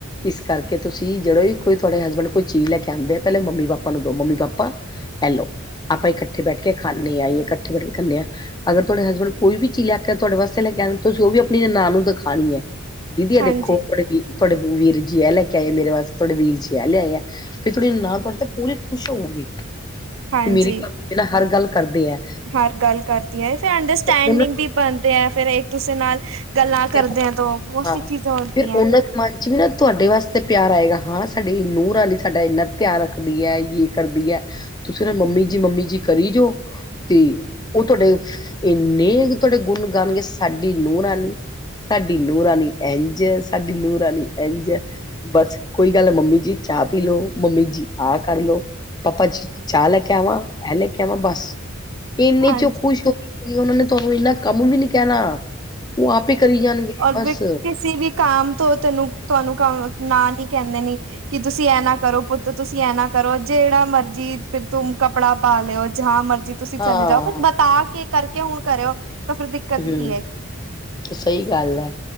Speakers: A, on the left (about 20°); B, on the right (about 70°).
A: ਇਸ ਕਰਕੇ ਤੁਸੀਂ ਜਿਹੜੇ ਵੀ ਕੋਈ ਤੁਹਾਡੇ ਹਸਬੈਂਡ ਕੋਈ ਚੀਜ਼ ਲੈ ਕੇ ਆਉਂਦੇ ਆ ਪਹਿਲਾਂ ਮੰਮੀ ਪਾਪਾ ਨੂੰ ਦੋ ਮੰਮੀ ਪਾਪਾ ਐਹਿ ਲੋ ਆਪਾਂ ਇਕੱਠੇ ਬੈਠ ਕੇ ਖਾਂਨੇ ਆ ਜਾਂ ਇਕੱਠੇ ਬੈਠ ਕੇ <unintelligible> ਹਾਂ ਅਗਰ ਤੁਹਾਡੇ ਹਸਬੈਂਡ ਕੋਈ ਵੀ ਚੀਜ਼ ਲੈ ਕੇ ਤੁਹਾਡੇ ਵਾਸਤੇ ਲੈ ਕੇ ਆਂਦੇ ਤੁਸੀਂ ਉਹ ਵੀ ਆਪਣੀ ਨੰਨਾਨ ਨੂੰ ਦਿਖਾਉਣੀ ਐ ਦੀਦੀ ਆ
B: ਹਾਂਜੀ
A: ਦੇਖੋ ਵੀ ਥੋਡੇ ਵੀਰ ਜਿਆ ਲੈ ਕੇ ਆਏ ਮੇਰੇ ਵਾਸਤੇ ਤੁਹਾਡੇ ਵੀਰ ਜੀ ਆ ਲੈ ਆਏ ਫਿਰ ਤੁਹਾਡੀ ਨੰਨਾਨ ਤੁਹਾਡੇ ਤੇ ਪੂਰੀ ਖੁਸ਼ ਹੋਵਗੀ
B: ਹਾਂਜੀ
A: ਕਿ ਮੇਰੀ ਭ ਨਾ ਹਰ ਗੱਲ ਕਰਦੇ ਐ
B: ਹਰ ਗੱਲ ਕਰਦੀ ਏ ਫਿਰ ਅੰਡਰਸਟੈਂਡਿੰਗ
A: ਉਹਨਾਂ
B: ਵੀ ਬਣਦੇ ਏ ਫੇਰ ਇੱਕ ਕਿਸੇ ਨਾਲ ਗੱਲਾਂ ਕਰਦਿਆਂ
A: ਨੂੰ
B: ਤੋਂ ਬਹੁਤ
A: ਹਾਂ,
B: ਸ <unintelligible>
A: ਫਿਰ ਉਹਨਾਂ ਦੇ ਮਨ ਚ ਵੀ ਨਾ ਤੁਹਾਡੇ ਵਾਸਤੇ ਪਿਆਰ ਆਏਗਾ ਹਾਂ ਸਾਡੀ ਨੂੰ ਰਾਣੀ ਸਾਡਾ ਇੰਨਾ ਧਿਆਨ ਰੱਖਦੀ ਹੈ ਜੇ ਕਰਦੀ ਹੈ, ਤੁਸੀਂ ਨਾ, ਮੰਮੀ ਜੀ, ਮੰਮੀ ਜੀ, ਕਰੀ ਜਾਓ ਤੇ, ਉਹ ਤੁਹਾਡੇ ਇੰਨੇ ਕ ਗੁਣ ਗਾਣਗੇ ਸਾਡੀ ਨੂੰਹ ਰਾਣੀ। ਸਾਡੀ ਨੂੰ ਰਾਣੀ ਇੰਝ, ਸਾਡੀ ਨੂੰਹ ਰਾਨੀ ਐਂਝ। ਬਸ ਕੋਈ ਗੱਲ, ਮੰਮੀ ਜੀ ਚਾਹ ਪੀ ਲੋ, ਮੰਮੀ ਜੀ, ਆ ਕਰਲੋ। ਪਾਪਾਜੀ ਚਾਹ ਲੈਕੇ ਆਵਾਂ, ਐ ਲੇਕੇ ਆਵਾਂ ਬਸ। ਇੰਨੇ
B: ਹਾਂਜੀ
A: ਚੋਂ ਖ਼ੁਸ਼ ਹੋ ਉਹਨਾਂ ਨੇ ਤੁਹਾਨੂੰ ਇੰਨਾ ਕੰਮ ਵੀ ਨੀ ਕਹਿਣਾ, ਉਹ ਆਪ ਪੇ ਕਰੀ ਜਾਣਗੇ
B: ਔਰ
A: ਬਸ।
B: ਵੀ ਕਿਸੇ ਵੀ ਕਾਮ ਤੋਂ ਤਾੰਨੂ, ਤੁਹਾਨੂੰ ਨਾ, ਨੀ ਕਹਿੰਦੇ ਨੇ। ਕਿ ਤੁਸੀਂ ਐ ਨਾ ਕਰੋ ਪੁੱਤ, ਤੁਸੀਂ ਐ ਨਾ ਕਰੋ, ਜਿਹੜਾ ਮਰਜੀ ਫਿਰ ਤੂਮ ਕੱਪੜਾ ਪਾ ਲਿਓ, ਜਹਾਂ ਮਰਜੀ ਤੁਸੀਂ ਚਲੇ
A: ਹਾਂ
B: ਜਾਓ, ਫ ਬਤਾਕੇ ਕਰਕੇ ਹੁਣ ਕਰਿਓ, ਤਾਂ ਫਿਰ ਦਿੱਕਤ
A: ਹੂੰ
B: ਕੀ ਏ।
A: ਸਹੀ ਗੱਲ ਐ।